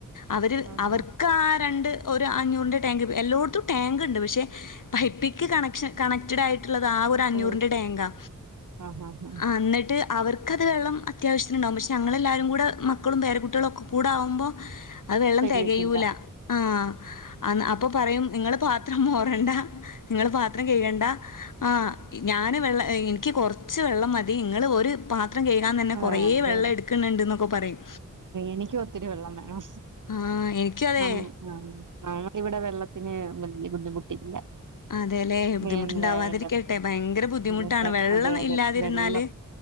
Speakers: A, on the left (about 80°); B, on the right (about 75°).
A: അവര്
B: ആഹാ
A: അവർക്ക് ആ രണ്ട് ഒരു അഞ്ഞൂറിൻ്റെ ടാങ്ക് എല്ലോട്ത്തും ടാങ്ക് ഇണ്ട് പക്ഷേ പൈപ്പിക്ക് കണക്ഷൻ കണക്റ്റഡ് ആയിട്ട് ട്ടള്ളത് ആ ഒരു അഞ്ഞൂറിന്റെ
B: ട്ട്
A: ടാങ്കാ.
B: ആഹ് ആഹ് ആഹ്
A: ആ ഇന്നിട്ട് അവർക്കത് വെള്ളം അത്യാവശ്യത്തിന്ണ്ടാവും പക്ഷെ ഞങ്ങളെല്ലാവരും കൂട മക്കളും പേര കുട്ടികളും ഒക്കെ കൂട ആവുമ്പോ അത് വെള്ളം
B: തികയത്തില്ല
A: തെകയൂല ആ അന് അപ്പ പറയും നിങ്ങള് പാത്രം മോ റണ്ട നിങ്ങള് പാത്രം കൈകണ്ട ആ ഞാന് വെള്ള ഇനിക്ക് കൊറച്ച് വെള്ളം മതി ഇങ്ങൾ ഒരു പാ ത്രം കഴുകാൻ തന്നെ
B: ആഹ്
A: കൊറെ
B: അതെ
A: വെള്ളം
B: അതെ
A: എടുക്ക്ണണ്ട്ന്നൊക്കെ പറയും.
B: എനിക്കും ഒത്തിരി വെള്ളം വേണം
A: ആ എനിക്കും അതെ.
B: നം നമ്മളിവിടെ വെള്ളത്തിന് വലിയ ബുദ്ധിമുട്ടില്ല.
A: അതെല്ലെ. ബുദ്ധിമുട്ടുണ്ടാവാതിരിക്കട്ടെ.
B: വേനലായാലും
A: ഭയങ്കര ബുദ്ധിമുട്ടാണ്.
B: അതെ
A: വെള്ളം
B: അതെ അതെ
A: ഇല്ലാതിരുന്നാല്
B: വെള്ളം